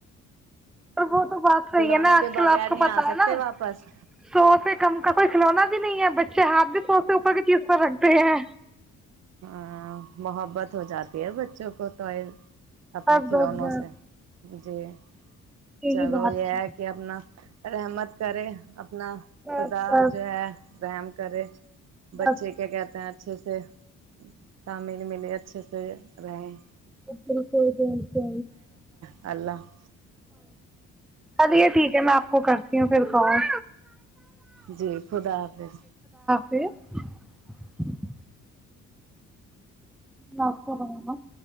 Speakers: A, in the centre; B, on the right (about 60°).
A: تو وہ <unintelligible> تو بات صحی
B: کھلونے
A: ہے نا آج
B: کے بغیر
A: کل آپ
B: نہیں
A: کو پتا
B: آ سکتے
A: ہے نا
B: واپس
A: سو سے کم کا کوئی کھلونا بھی نہیں ہے ب اچھے ہاتھ بھی سوستے اوپر کی چیز پر رکھتے ہیں
B: ہاں محبت ہو جاتی ہے بچوں کو تو اپنے
A: بس
B: کھلونوں
A: بس بس
B: سے جی <unintelligible>
A: یہی
B: چلو
A: بات
B: یہ
A: ہے
B: کہ اپنا <unintelligible> رحمت کرے ا اپنا
A: بس
B: خدا
A: بس
B: جو ہے رام کرے <unintelligible> بچے
A: بس
B: کیا کہتے ہیں اچھے سے تعمل ملے اچھے سے ر <unintelligible>
A: ب کوئی گن کو
B: اللہ <unintelligible>
A: چلیے ٹھیک ہے میں آپ کو کرتی ہوں پھر کال
B: جی خدا حافظ
A: پ <unintelligible> پ ما <unintelligible>